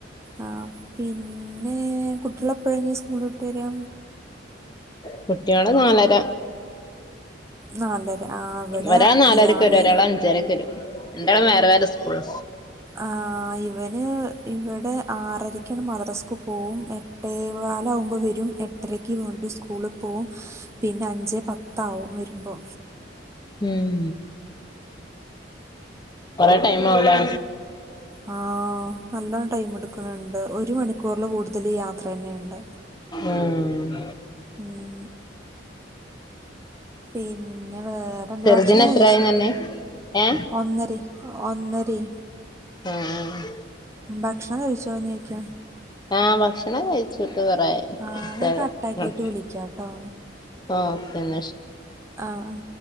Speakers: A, on the right; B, on the left.
A: ആഹ് പിന്നെ കുട്ട്യളെപ്പെഴാ ഇനി സ്കൂള് വിട്ട് വരാ
B: കുട്ട്യള് നാലര
A: നാലര ആഹ് ഇവിടെ
B: ഒരാള് നാലരക്ക്
A: രാവിലെ
B: വരും ഒരാള് അഞ്ചരക്ക് വരും രണ്ടാളും വേറെ വേറെ സ്കൂളാ
A: ആഹ് ഇവന് ഇവ്ടെ ആറരക്കാണ് മദ് ദ്റസക്ക് പോവും എട്ടേ കാലവുമ്പോ വരും എ ട്ടരക്ക് വീണ്ടും സ്കൂളിൽ പോവും പിന്നെ അഞ്ചേ പത്താവും വരുമ്പോ
B: ഉം കൊറേ ടൈം ആവുല്ലേ
A: ആഹ് നല്ലോം ടൈമ് ട്ക്ക്ണ് ണ്ട് ഒരു മണിക്കൂറില് കൂടുതൽ യാത്ര തന്നെയുണ്ട്
B: ഉം
A: ഉം പിന്നെ വേറെ എന്ത്?
B: ചെറുതിന്
A: ഭക്ഷണം
B: എത്രായിന്ന്
A: കഴിച്ചോ?
B: പറഞ്ഞെ ഏ
A: ഒന്നരെ ഒന്നരേ
B: ആ ആ
A: ഭക്ഷണം കഴിച്ചോന്നോയ്ക്കാ
B: ആഹ് ഭക്ഷണം കഴിച്ചിട്ട് കൊറേ അയ്ണ്
A: ആഹ്
B: <unintelligible>
A: ഞാൻ കട്ടാക്കിട്ട്
B: ഉം
A: വിളിക്കാട്ടോ
B: ആഹ് ഓക്കെ ന്നാ ശ
A: ആഹ്